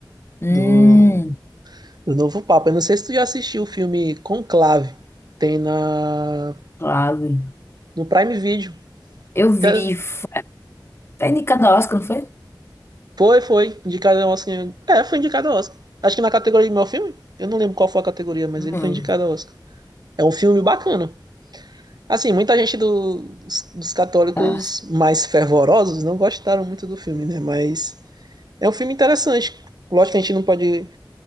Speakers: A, on the left (about 30°); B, on the right (about 60°).
A: Hum.
B: Do, do novo Papa. Eu não sei se tu já assistiu o filme Conclave, tem na,
A: Claro.
B: no Prime Video.
A: Eu vi.
B: Já-
A: f- Tá indicado ao Oscar, não foi?
B: Foi, foi, indicado ao Oscar. É, foi indicado ao Oscar. Acho que na categoria de melhor filme? Eu não lembro qual foi a categoria, mas
A: Hum.
B: ele foi indicado ao Oscar. É um filme bacana. Assim, muita gente do- dos, dos católicos
A: Ah,
B: mais fervorosos não gostaram muito do filme, né? Mas é um filme interessante. Lógico que a gente não pode